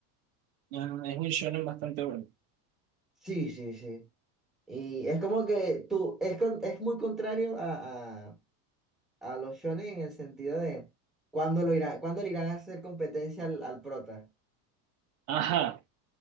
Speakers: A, on the right; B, in the centre.
A: ajá, es un shonen bastante bueno.
B: Sí, sí, sí. Y es como que tú, es, con- es muy contrario a, a- a los shonen en el sentido de cuándo lo irá, cuándo le irán a hacer competencia al, al prota.
A: Ajá,